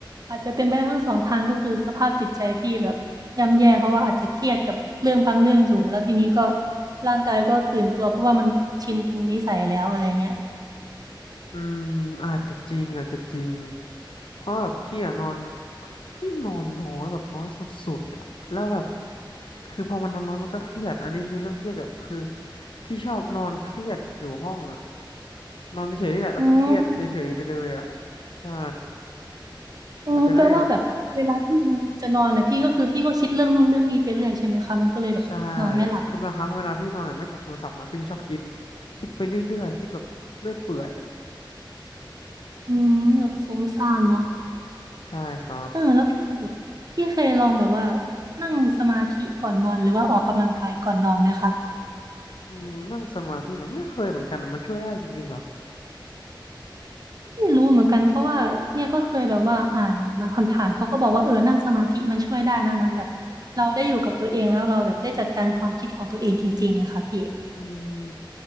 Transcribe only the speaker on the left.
อืมอาจจะจริงอาจจะจริงเพราะแบบพี่อะนอนพี่นอนน้อยแบบน้อยสุดๆอะแล้วแบบคือพอมันนอนน้อยมันก็เครียดอันนี้คือเรื่องเครียดแบบคือพี่ชอบนอนเครียดอยู่ห้องอะนอนเฉยๆนี่แหละแล้วก็เครียดเฉยๆไปเลยอะ
ใช่
อาจจะได้แบบ ใช่ คือบางครั้งเวลาพี่นอนแบบไม่จับโทรศัพท์นะพี่จะชอบคิดคิดไปเรื่อยๆคิดแบบเรื่อยเปื่อย
ใช่ครับ
อืมนั่งสมาธิเหรอไม่เคยเหมือนกันนะมันช่วยได้จริงๆเหรอ
อืม